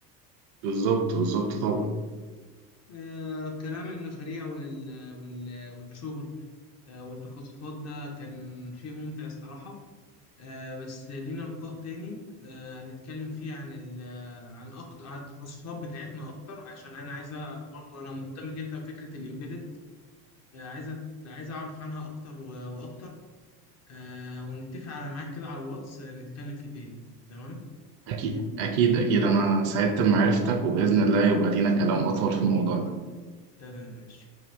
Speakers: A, on the right; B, on the left.
A: بالظبط بالظبط طبعا
B: آه كلام المشاريع وال وال والشغل آه والتخصصات ده كان شيء ممتع الصراحة آه بس لينا لقاء تاني آه هنتكلم فيه عن ال عن أكتر عن التخصصات بتاعتنا أكتر عشان أنا عايزة برضو أنا مهتم جدا بفكرة الإمبيدد آه عايزة عايز أعرف عنها أكتر و- وأكتر آه ونتفق على ميعاد كده على الواتس آه، نتكلم فيه تاني تمام
A: أكيد أكيد أكيد أنا سعدت بمعرفتك وبإذن الله يبقى لينا كلام أطول في الموضوع ده
B: تمام ماشي